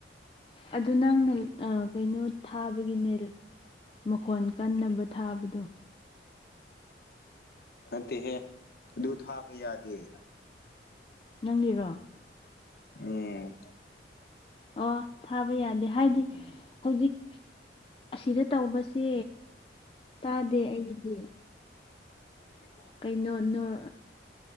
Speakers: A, on the left; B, on the left.
A: ꯑꯗꯨꯣ ꯅꯪꯅ ꯀꯩꯅꯣ ꯊꯥꯕꯒꯤꯅꯦ ꯃꯈꯣꯟ ꯀꯟꯅꯕ ꯊꯥꯕꯗꯣ
B: ꯅꯠꯇ ꯗꯨꯊ ꯄ ꯌꯥꯗ
A: ꯅꯪꯒꯤꯔꯣ
B: ꯎꯝ
A: ꯑꯣ ꯊꯥꯕ ꯌꯥꯗꯦ ꯍꯥꯏꯗꯤ ꯍꯧꯖꯤꯛ ꯑꯁꯤꯗ ꯇꯧꯕꯁꯦ ꯇꯥꯗꯦ ꯑꯩꯗꯤ
B: ꯎ
A: ꯀꯩꯅꯣ ꯅ ꯎ